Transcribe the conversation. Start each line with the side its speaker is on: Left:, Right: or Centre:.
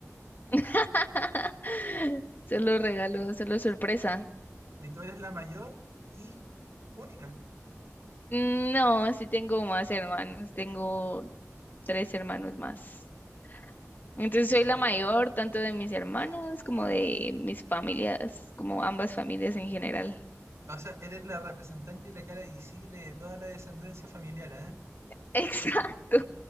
Left: <laughs> Solo regalo, solo sorpresa.
Right: Y tú eres la mayor y única,
Left: No, sí tengo más hermanos, tengo tres hermanos más. Entonces
Right: pero
Left: soy
Right: mayor.
Left: la mayor, tanto de mis hermanos
Right: Ah.
Left: como de mis familias, como ambas familias en general.
Right: O sea, eres la representante y la cara visible de toda la descendencia familiar, ¿eh?
Left: <laughs> Exacto.